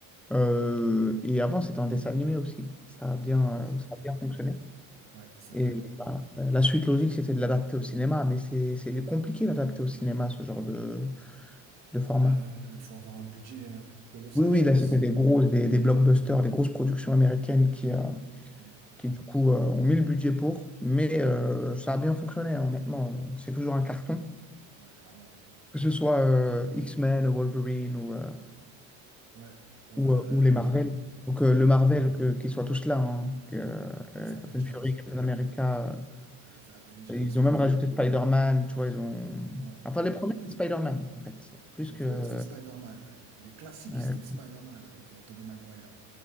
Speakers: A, in the centre; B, on the right.
A: Euh, et avant, c'était en dessin animé aussi. Ça a bien,
B: ouais, un dessin
A: euh, ça
B: animé,
A: a
B: ouais.
A: bien fonctionné.
B: Ouais, c'est
A: Et
B: vrai.
A: bah, après, la suite logique, c'était de l'adapter au cinéma, mais c'est c'est compliqué d'adapter au cinéma ce genre de, de format.
B: Il faut avoir un budget euh, colossal,
A: Oui, oui,
B: je pense.
A: là, c'était des grosses, des, des blockbusters, des grosses productions américaines qui, euh,
B: Mm.
A: qui du coup, euh, ont mis le budget pour. Mais euh, ça a bien fonctionné, hein, honnêtement. euh, C'est toujours un carton,
B: Ouais, clairement.
A: que ce soit euh, X-Men, Wolverine ou, euh,
B: Ouais. Ouais.
A: ou, euh, ou les Marvel. Donc,
B: On
A: euh,
B: est marre.
A: le Marvel, que, qu'ils soient tous là, hein,
B: Ouais.
A: que, euh,
B: Les Avengers.
A: Captain Fury, Captain America,
B: Les Avengers,
A: euh, ils
B: mon
A: ont même
B: gars.
A: rajouté Spider-Man, tu vois, ils ont...
B: Ouais.
A: Enfin, les premiers, c'est Spider-Man, en fait. C'est plus
B: Les
A: que...
B: premiers, c'était Spider-Man, ouais. Les classiques,
A: euh,
B: c'était Spider-Man avec euh, Tobey Maguire.